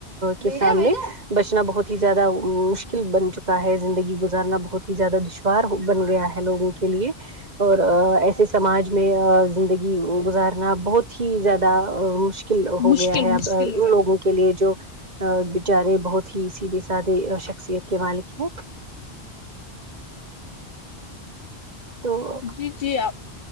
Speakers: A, on the right; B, on the left.
A: کے سامنے بچانا بہت ہی زیادہ مشکل بن چکا کا ہے زندگی گزارنا بہت ہی زیادہ دشوار بن گیا ہے لوگوں کے لیے اور ایسے سماج میں زندگی گزارنا بہت ہی زیادہ مشکل ک ہو
B: مشکل
A: گیا ہے
B: مشکل
A: اب ان
B: رہتا
A: لوگوں کے لیے جو بچارے بہت ہی سیدھے سادے شخصیت کے مالک ہے تو
B: جی جی آپ